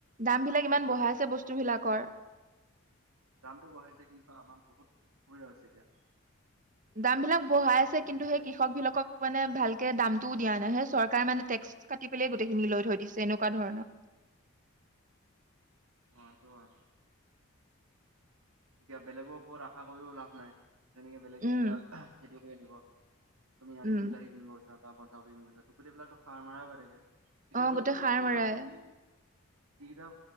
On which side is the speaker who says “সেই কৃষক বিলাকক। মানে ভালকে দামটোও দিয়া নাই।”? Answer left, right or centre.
Right